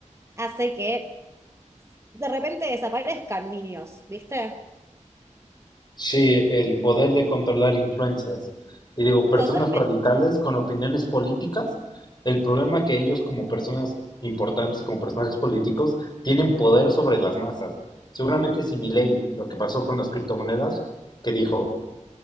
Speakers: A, on the right; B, on the left.
A: hace que de repente desaparezcan niños, ¿viste?
B: Sí, el poder de controlar influencias. Y digo, personas
A: Total,
B: radicales con opiniones políticas, el problema que ellos como personas importantes, como personajes políticos, tienen poder sobre las masas. Seguramente si Milei, lo que pasó con las criptomonedas, que dijo,